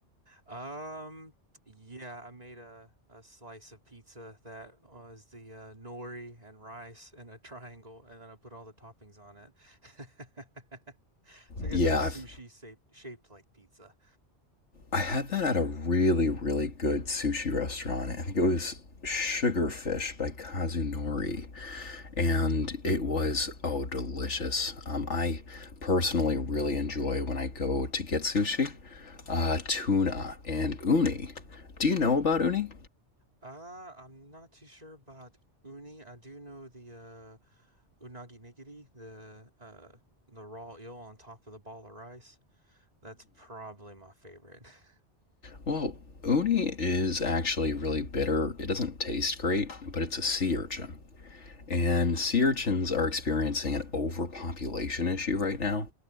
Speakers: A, on the right; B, on the left.
A: Um, yeah, I made a, a slice of pizza that was the uh, nori and rice in a triangle, and then I put all the toppings on it. <laughs> So I guess
B: Yeah,
A: it was sushi
B: I've
A: shaped, shaped like pizza.
B: I had that at a really, really good sushi restaurant. I think it was Sugarfish by Kazunori, and it was oh delicious. Um, I personally really enjoy when I go to get sushi, uh, tuna and uni. Do you know about uni?
A: Uh, I'm not too sure about uni. I do know the uh unagi nigiri, the uh the raw eel on top of the ball of rice. That's probably my favorite. <laughs>
B: Well, uni is actually really bitter. It doesn't taste great, but it's a sea urchin. And sea urchins are experiencing an overpopulation issue right now.